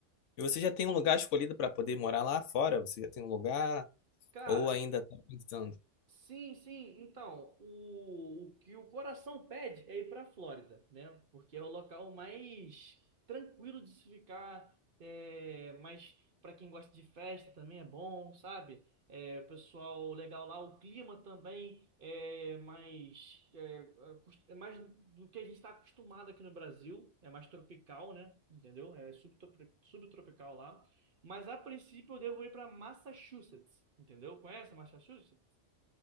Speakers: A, on the left (about 80°); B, on the right (about 50°).
A: E você já tem um lugar escolhido para poder morar lá fora? Você já tem um lugar
B: Cara,
A: ou ainda tá pensando?
B: Sim, sim. Então, o, o que o coração pede é ir para a Flórida, né? Porque é o local mais tranquilo de se ficar, é, mas para quem gosta de festa também é bom, sabe? É, o pessoal legal lá, o clima também é mais, é, acos- é mais do que a gente está acostumado aqui no Brasil, é mais tropical, né? Entendeu? É subtropri- subtropical lá. Mas a princípio eu devo ir para Massachusetts, entendeu? Conhece Massachusetts?